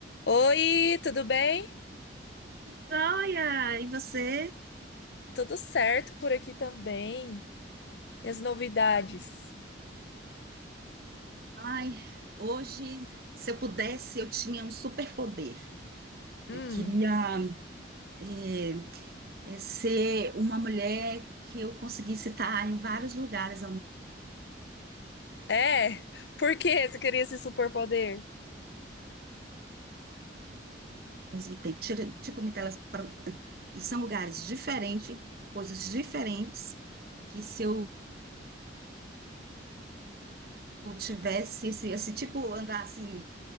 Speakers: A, on the left; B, on the right.
A: Oi, tudo bem?
B: Joia! E você?
A: Tudo certo por aqui também. E as novidades?
B: Ai, hoje, se eu pudesse, eu tinha um superpoder.
A: Hum,
B: Eu queria eh, eh, ser uma mulher que eu conseguisse estar em vários lugares ao
A: é? Por que você queria esse superpoder?
B: mesmo tempo. Tira- Tipo, me teletran- e são lugares diferentes, coisas diferentes, que se eu tivesse esse, esse tipo, andar assim